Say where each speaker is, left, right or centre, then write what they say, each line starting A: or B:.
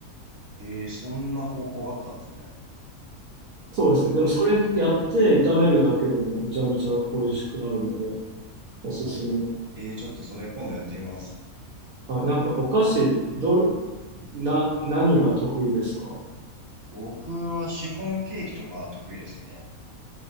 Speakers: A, on the right; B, on the right.
A: ええ、そんな方法があったんですね。
B: そうですね。
A: うん
B: でもそれやって炒めるだけでもめちゃめちゃ美味しくなるのでおすすめ。
A: あそええ、ちょっとそれ今度やってみます。
B: はい。なんかお菓子ど、な、何が得意ですか
A: 僕はシフォンケーキとか得意ですね。